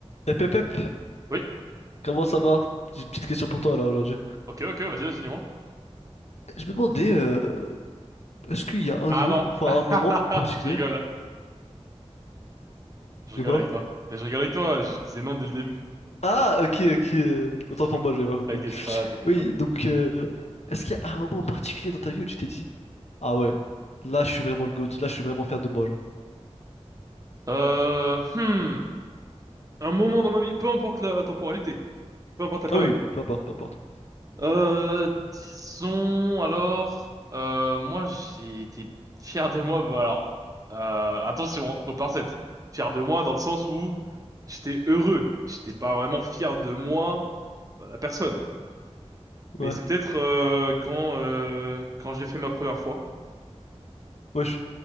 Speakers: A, on the left; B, on the right.
A: Eh Pep, Pep,
B: Oui.
A: comment ça va? J'ai une petite question pour toi là aujourd'hui.
B: Ok, ok, vas-y, vas-y, dis-moi.
A: Je me demandais, euh, est-ce qu'il y a un
B: Ah
A: jour,
B: non.
A: enfin
B: <laughs>
A: un moment particulier,
B: Je rigole. Je
A: de
B: rigole
A: quoi?
B: avec toi. Mais je rigole avec toi, je disais non dès le début.
A: Ah, ok, ok, euh,
B: <laughs>
A: autant pour moi, j'avais pas compris.
B: T'inquiète pas, t'inquiète
A: Oui,
B: pas.
A: donc, euh, est-ce qu'il y a un moment particulier dans ta vie où tu t'es dit, ah ouais, là je suis vraiment le GOAT, là je suis vraiment fier de moi, genre.
B: Euh, hmm. Un moment dans ma vie, peu importe la temporalité, peu importe la période.
A: Ah oui, peu importe, peu importe.
B: Euh, disons alors, euh, moi j'ai été fier de moi, bah alors, euh, attention, hein, aux pincettes. Fier de moi dans le sens où j'étais heureux, j'étais pas vraiment fier de moi, euh, la personne. Mais
A: Ouais,
B: c'est peut-être euh, quand euh, quand j'ai fait ma première fois
A: wesh,